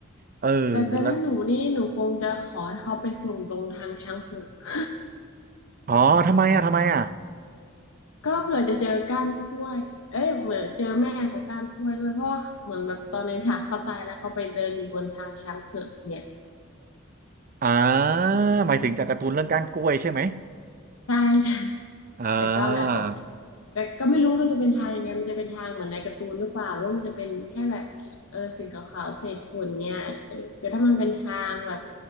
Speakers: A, on the right; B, on the left.
A: เออ
B: แต่แต่ถ้าหนูนี่หนูคงจะขอให้เขาไปส่งตรงทางช้างเผือก
A: แล้วอ๋อทำไมอ่ะทำไมอ่ะ
B: ก็เผื่อจะเจอก้านกล้วยเอ้ยเหมือนเจอแม่ของก้านกล้วยด้วยเพราะว่าเหมือนแบบตอนในฉากเขาตายแล้วเขาไปเดินอยู่บนทางช้างเผือกเนี่ย
A: อ่าหมายถึงจากการ์ตูนเรื่องก้านกล้วยใช่ไหม
B: ใช่ใช่
A: อ่า
B: แต่ก็แบบโอเค แต่ก็ไม่รู้มันจะเป็นทางยังไง มันจะเป็นทางเหมือนในการ์ตูนหรือเปล่าหรือว่ามันจะเป็นแค่แบบเออสีขาวๆเศษฝุ่นเนี่ยเออแต่ถ้ามันเป็นทางแบบ